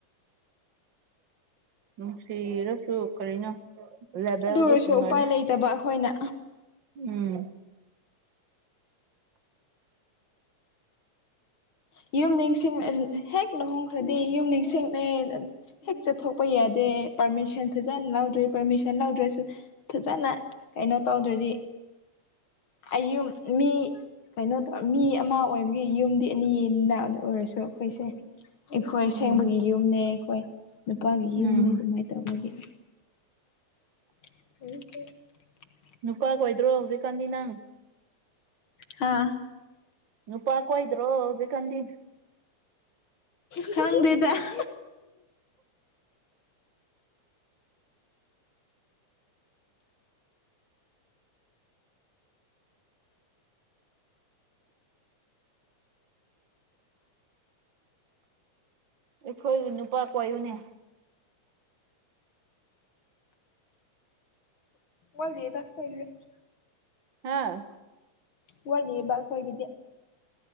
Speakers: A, on the right; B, on the left.
A: ꯅꯨꯡꯁꯤꯔꯁꯨ ꯀꯔꯤꯅꯣ ꯂꯦꯚꯦꯜꯗꯨ
B: ꯑꯗꯨ ꯑꯣꯏꯔꯁꯨ
A: ꯇꯣꯉꯥꯟꯅ
B: ꯎꯄꯥꯏ ꯂꯩꯇꯕ ꯑꯈꯣꯏꯅ
A: ꯎꯝ
B: ꯌꯨꯝ ꯅꯤꯡꯁꯤꯡ ꯑ ꯍꯦꯛ ꯂꯨꯍꯣꯡꯈ꯭ꯔꯗꯤ ꯌꯨꯝ ꯅꯤꯡꯁꯤꯡꯅꯩ ꯍꯦꯛ ꯆꯠꯊꯣꯛꯄ ꯌꯥꯗꯦ ꯑꯦ ꯄꯥꯔꯃꯤꯁꯟ ꯐꯖꯅ ꯂꯧꯗ꯭ꯔꯦ ꯄꯥꯔꯃꯤꯁꯟ ꯂꯧꯗ꯭ꯔꯁꯨ ꯐꯖꯅ ꯀꯩꯅꯣ ꯇꯧꯗ꯭ꯔꯗꯤ ꯑꯩ ꯌꯨꯝ ꯃꯤ ꯀꯩꯅꯣ ꯇꯧ ꯃꯤ ꯑꯃ ꯑꯣꯏꯕꯒꯤ ꯌꯨꯝꯗꯤ ꯑꯅꯤ ꯅ ꯑꯣꯏꯔꯁꯨ ꯑꯈꯣꯏꯁꯦ ꯑꯩꯈꯣꯏ ꯑꯁꯦꯡꯕꯒꯤ
A: ꯎꯝ
B: ꯌꯨꯝꯅꯦ ꯑꯩꯈꯣꯏ ꯅꯨꯄꯥꯒꯤ
A: ꯎꯝ
B: ꯌꯨꯝꯅꯦ ꯑꯗꯨꯃꯥꯏꯅ ꯇꯧꯕꯒꯤ <inaudible>
A: ꯅꯨꯄꯥ ꯀꯣꯏꯗ꯭ꯔꯣ ꯍꯧꯖꯤꯛꯀꯥꯟꯗꯤ ꯅꯪ
B: ꯍꯥꯥ
A: ꯅꯨꯄꯥ ꯀꯣꯏꯗ꯭ꯔꯣ ꯍꯧꯖꯤꯛꯀꯥꯟꯗꯤ
B: ꯈꯪꯗꯦꯗ <inaudible>
A: ꯑꯈꯣꯏꯒꯤ ꯅꯨꯄꯥ ꯀꯣꯏꯌꯨꯅꯦ
B: ꯋꯥꯠꯂꯤꯗ ꯑꯩꯈꯣꯏꯒꯤ <unintelligible>
A: ꯍꯥꯥ
B: ꯋꯥꯠꯂꯤꯑꯦꯕ ꯑꯩꯈꯣꯏꯒꯤꯗꯤ